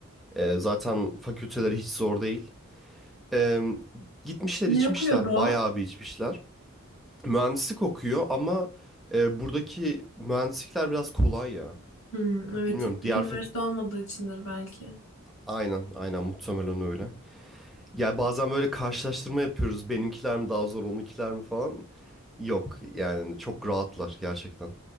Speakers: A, in the centre; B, on the left (about 60°).
A: Ee, zaten fakülteleri hiç zor değil. Ee, gitmişler
B: Ne
A: içmişler,
B: okuyordu
A: bayağı
B: o?
A: bir içmişler. Mühendislik okuyor ama e, buradaki mühendislikler biraz kolay ya.
B: Hı, evet
A: Bilmiyorum
B: teknik
A: diğer
B: üniversite
A: fakü...
B: olmadığı içindir belki.
A: Aynen, aynen muhtemelen öyle. Ya bazen böyle karşılaştırma yapıyoruz. Benimkiler mi daha zor, onunkiler mi falan. Yok yani çok rahatlar gerçekten.